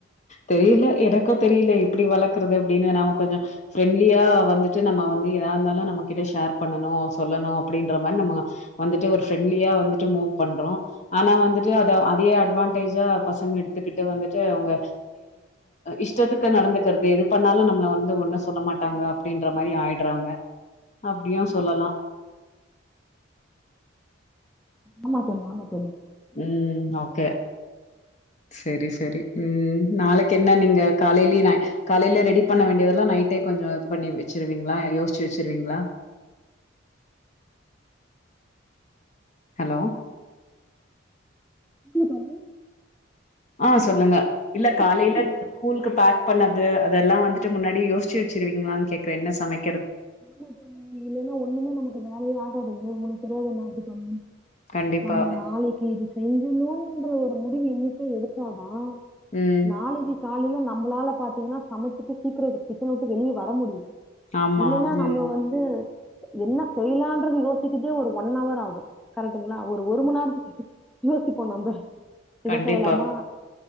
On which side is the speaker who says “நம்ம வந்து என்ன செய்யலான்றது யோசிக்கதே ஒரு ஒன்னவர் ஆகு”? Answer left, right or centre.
Centre